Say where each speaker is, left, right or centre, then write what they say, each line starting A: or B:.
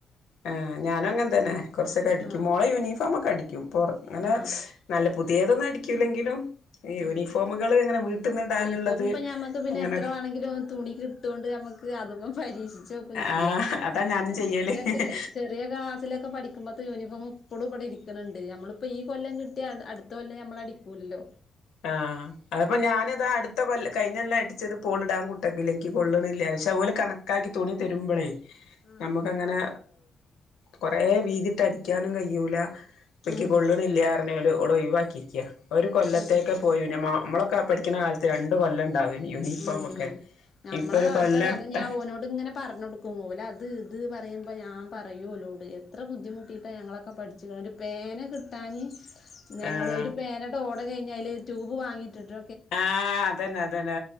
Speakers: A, on the left; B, on the left.
A: ഏഹ് ഞാനങ്ങൻ തന്നെ കുറച്ചൊക്കെ അടിക്കും
B: ആഹ്
A: മോളെ യൂണിഫോമൊക്കെ അടിക്കും പുർ അങ്ങനെ
B: ആഹ്
A: നല്ല പുത്യേതൊന്നും അടിക്കൂല്ലെങ്കിലും യൂണിഫോമുകൾ
B: ഉം
A: ങ്ങനെ വീട്ടിൽന്ന്ടാനുള്ളത്
B: യൂണിഫോം ഇപ്പൊ ഞമ്മക്ക് പിന്നെ
A: ങ്ങനെ
B: എത്ര വേണെങ്കിലും തുണി കിട്ടൊണ്ട് നമക്ക് അതൊന്ന് പരീക്ഷിച്ചോക്കും ചെയ്യാ
A: ആഹ് അതാ ഞാനും
B: പി
A: ചെയ്യല്
B: മോന്റെക്കെ ചെ റിയ ക്ലാസ്സിലൊക്കെ പഠിക്കുമ്പത്തെ യൂണിഫോം ഇപ്പഴും ഇബടെ ഇരിക്ക്ണ് ണ്ട് നമ്മളിപ്പോ ഈ കൊല്ലം കിട്ട്യാ അടുത്ത കൊല്ലം നമ്മളടി കൂലല്ലോ
A: ആഹ് അതപ്പോ ഞാന് ഇതാ അടു ത്ത കൊല്ല കഴിഞ്ഞല്ലാം അടിച്ചത് പോളിടാൻ കുട്ടാക്കില്ലെ ൻക് കൊള്ള്ണില്ല പക്ഷേ ഓല് കണക്കാക്കി തുണി തരുമ്പളേ
B: ആഹ്
A: നമ്മക്കങ്ങനെ കൊറെ വീതിട്ട് അടിക്കാനും കയ്യുല ഇപ്പോ ഇൻക്ക്
B: ഉം
A: കൊള്ളണില്ല്യാർഞ്ഞ് ഓള് ഒഴിവാക്കിക്ക ഒരു കൊല്ല
B: ഉം
A: പോയി പിന്നെ നമ്മളൊക്കെ പഠടിക്കണ കാലത്ത് രണ്ട് കൊല്ലം ഉണ്ടാവേനി യൂണിഫോമൊക്കെ
B: ഉം നമ്മളെ
A: ഇപ്പൊ ഒരു
B: കാലത്തൊക്കെ
A: കൊല്ലട്ട
B: അത് ഞാൻ ഓനോ ത് ങ്ങനെ പറഞൊടുക്കും ഓല് അത് ഇത് പറയുമ്പോ ഞാൻ പറയൂ ഓലോട് എത്ര ബുദ്ധിമുട്ടിയിട്ടാ ഞങ്ങളൊ ക്കെ പഠിച്ച് കാണ്ട് പേന കിട്ടാന് ഞങ്ങള്
A: ആഹ്
B: ഒരു പേനയുടെ ഓട കഴിഞ്ഞാല് ട്യൂബ് വാങ്ങിയിട്ടിട്ട്
A: ആഹ് അതന്നെ അതന്നെ